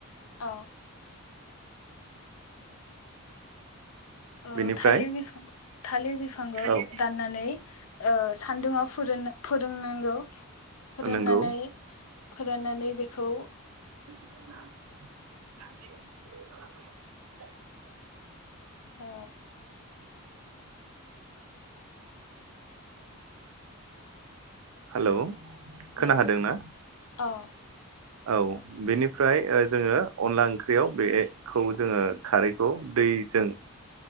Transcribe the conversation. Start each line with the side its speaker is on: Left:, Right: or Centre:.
Left: औ ओ
Right: बेनिफ्राय
Left: थालिर बिफांखौ थालिर बिफांखौ
Right: औ
Left: दाननानै ओ सान्दुुंआव फोरोनना फोरोंनांगौ फोराननानै
Right: नंगौ
Left: फोराननानै बेखौ
Right: <inaudible>
Left: ओ
Right: हेलौ
Left: हेलौ
Right: खोनाखादोंना
Left: औ
Right: औ बेनिफ्राय जोङो अनला ओंख्रियाव बेखौ जोङो खारैखौ दैजों